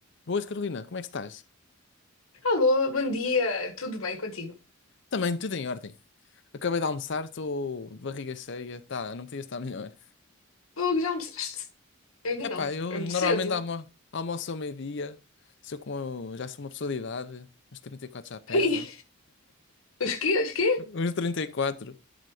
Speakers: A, on the left (about 60°); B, on the left (about 85°).
A: Boas, Carolina, como é que estás?
B: Alô, bom dia, tudo bem contigo?
A: Também tudo em ordem. Acabei de almoçar, estou de barriga cheia, tá, não podia estar melhor.
B: Fogo, já almoçaste? Eu ainda
A: Epá,
B: não,
A: eu
B: é muito
A: normalmente
B: cedo.
A: almo almoço ao meio-dia, sou como, já sou uma pessoa de idade, uns 34 já pesa,
B: Ai, os quê? Os quê?
A: uns 34.